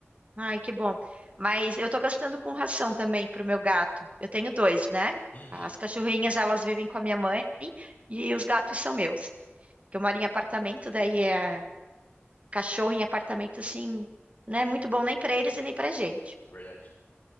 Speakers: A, on the right (about 30°); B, on the left (about 55°).
A: Ai, que bom. Mas eu tô gastando com ração também pro meu gato. Eu tenho dois, né?
B: Uhum,
A: As
B: é
A: cachorrinhas, elas vivem com a minha mãe e os gatos são meus. Que eu moro em apartamento, daí é cachorro em apartamento assim, não é muito bom nem pra eles e nem pra gente.
B: verdade.